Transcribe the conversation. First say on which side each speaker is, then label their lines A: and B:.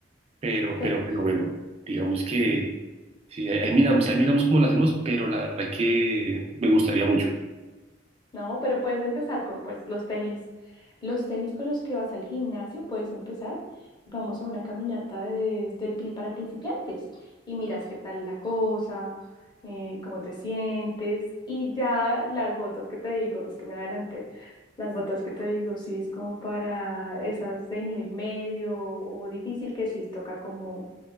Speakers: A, on the right; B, on the left.
A: Pero,
B: ¿sí?
A: pero, pero bueno, digamos que sí, ahí, ahí miramos, ahí miramos cómo lo hacemos, pero la verdad que me gustaría mucho.
B: No, pero puedes empezar con pues los tenis, los tenis con los que vas al gimnasio, puedes empezar. Vamos a una caminata de- de pri- para principiantes y miras qué tal la cosa, eh, cómo te sientes y ya las botas que te digo, es que me adelanté, las botas que te digo, sí es como para esas de nivel medio o difícil que sí toca como,